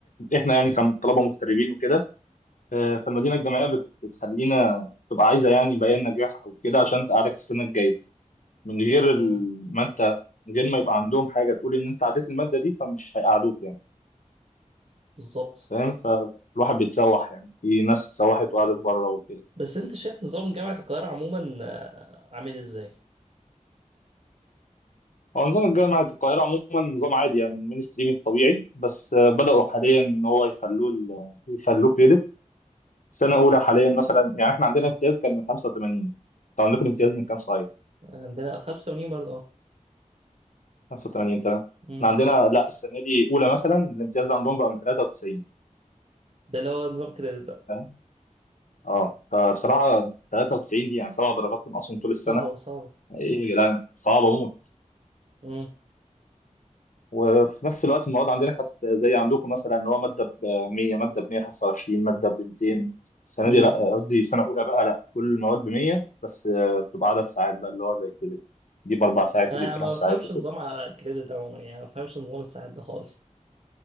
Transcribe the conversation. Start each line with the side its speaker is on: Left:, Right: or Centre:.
Left: احنا يعني كطلبه مغتربين وكده آه، فالمدينة الجامعية بت- بتخلينا تبقى عايزة يعني بيان نجاح أو كده عشان تقعدك السنة الجاية من غير ال-
Right: امم
Left: ما أنت من غير ما يبقى عندهم حاجة تقول إن أنت عديت المادة دي فمش هيقعدوك يعني
Right: بالظبط
Left: فاهم فالواحد بيتسوح يعني في ناس اتسوحت وقعدت بره وكده
Right: بس انت شايف نظام جامعة القاهرة عموما آه، عامل ازاي؟
Left: هو نظام الجامعة في القاهرة عموما نظام عادي يعني المينستريم الطبيعي بس آه، بدأوا حاليا إن هو يخلوه ال- يخلوه كريدت سنة أولى حاليا مثلا يعني إحنا عندنا امتياز كان من 85 أنتوا عندكم الامتياز من كام صحيح؟
Right: عندنا 85 برضه اه
Left: 85 تمام
Right: مم.
Left: احنا عندنا لا السنه دي اولى مثلا الامتياز عندهم بقى من 93
Right: ده اللي هو نظام كريدت بقى
Left: فاهم اه فبصراحه 93 دي يعني سبع درجات ناقصهم طول السنه
Right: صعب صعب
Left: ايه
Right: اه
Left: يا جدعان صعبه موت
Right: مم.
Left: وفي نفس الوقت المواد عندنا كانت زي عندكم مثلا ان هو ماده ب 100 ماده ب 125 ماده ب 200 السنه
Right: مم.
Left: دي لا قصدي سنه اولى بقى لا كل المواد ب 100 بس آه، بتبقى عدد ساعات بقى اللي هو زي كده دي باربع ساعات
Right: انا
Left: ودي بثلاث
Right: ما
Left: ساعات
Right: بفهمش نظام على كريدت ده عموما يعني ما بفهمش نظام الساعات ده خالص